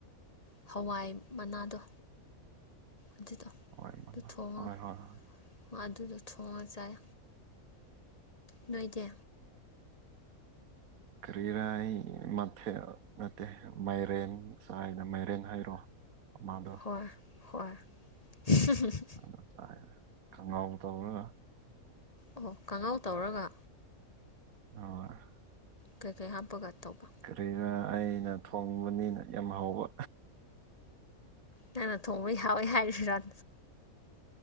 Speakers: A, on the left; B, on the right.
A: ꯍꯋꯥꯏ ꯃꯅꯥꯗꯣ ꯑꯗꯨꯗꯣ
B: ꯍꯋꯥꯏ
A: ꯑꯗꯨ
B: ꯃꯅꯥ
A: ꯊꯣꯡꯉꯒ
B: ꯍꯣꯏ ꯍꯣꯏ ꯍꯣꯏ
A: ꯑꯗꯨꯗꯣ ꯊꯣꯡꯉꯥ ꯆꯥꯏ ꯅꯣꯏꯗꯤ
B: ꯀ꯭ꯔꯤꯔꯥ ꯑꯩ ꯃꯊꯦꯜ ꯅꯠꯇꯦ ꯃꯥꯏꯔꯦꯟ ꯆꯥꯏꯅ ꯃꯥꯏꯔꯦꯟ ꯍꯥꯏꯔꯣ ꯑꯃꯥꯥꯗꯣ
A: ꯍꯣꯏ ꯍꯣꯏ <unintelligible>
B: <unintelligible> ꯈꯥꯡꯉꯧ ꯇꯧꯔꯥꯒ
A: ꯑꯣ ꯀꯥꯡꯉꯥꯎ ꯇꯧꯔꯒ
B: <unintelligible>
A: ꯀꯩ ꯀꯩ ꯍꯥꯞꯄꯒ ꯇꯧꯕ
B: ꯀꯔꯤꯔꯥ ꯑꯩꯅ ꯊꯣꯡꯕꯅꯤꯅ ꯌꯥꯝ ꯍꯥꯎꯕ
A: ꯅꯪꯅ ꯊꯣꯡꯕꯩ ꯍꯥꯎꯋꯦ ꯍꯥꯏꯔꯤꯔꯥ